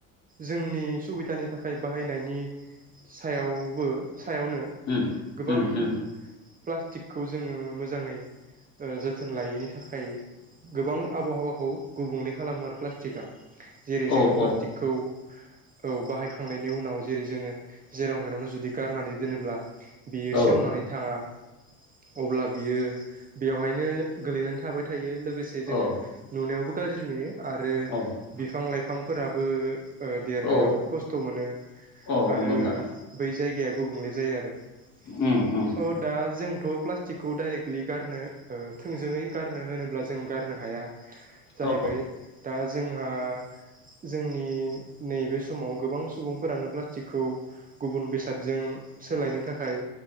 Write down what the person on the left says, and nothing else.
उम
उम उम
औ
औ
औ
औ
औ
औ
औ
नंगौ नोंथां
उम उम
औ